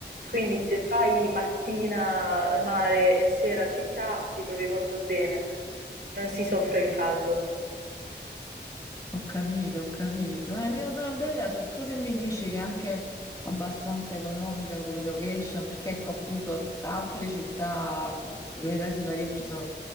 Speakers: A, on the right; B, on the left.
A: quindi se fai mattina mare e sera città ti trovi molto bene, non si soffre il caldo.
B: Ho capito, ho capito. Eh, mi ha dato una bella idea, soprattutto se mi dici che è anche abbastanza economica come location, perché ecco appunto altre città, vedasi Parigi, sono,